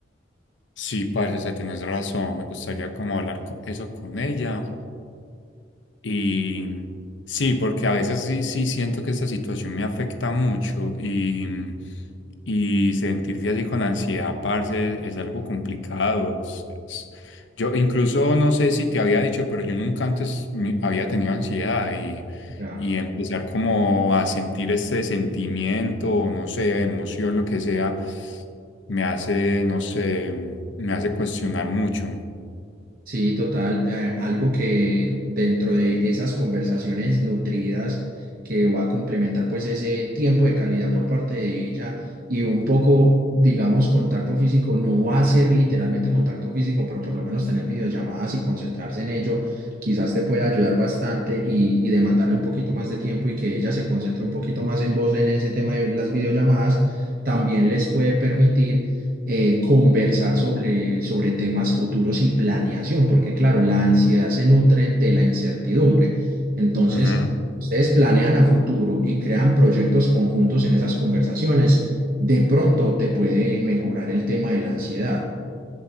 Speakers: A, on the left; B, on the right.
A: Sí, parce, o sea, tienes razón. Me gustaría como hablar co- eso con ella. Y sí, porque a veces sí, sí siento que esta situación me afecta mucho y, y sentirse así con ansiedad, parce, es algo complicado. es- es- Yo incluso no sé si te había dicho, pero yo nunca antes mi- había tenido ansiedad y,
B: Ya.
A: y empezar como a sentir este sentimiento, o no sé, emoción, lo que sea, me hace, no sé, me hace cuestionar mucho.
B: Sí, total. eh, algo que dentro de esas conversaciones nutridas que va a complementar pues ese tiempo de calidad por parte de ella y un poco, digamos, contacto físico, no va a ser literalmente contacto físico, pero por lo menos tener videollamadas y concentrarse en ello, quizás te puede ayudar bastante y, y demandarle un poquito más de tiempo y que ella se concentre un poquito más en vos en ese tema de las videollamadas, también les puede permitir eh, conversar sobre, sobre temas futuros y planeación, porque claro, la ansiedad se nutre de la incertidumbre. Entonces,
A: Ujú.
B: ustedes planean a futuro y crean proyectos conjuntos en esas conversaciones, de pronto te puede mejorar el tema de la ansiedad.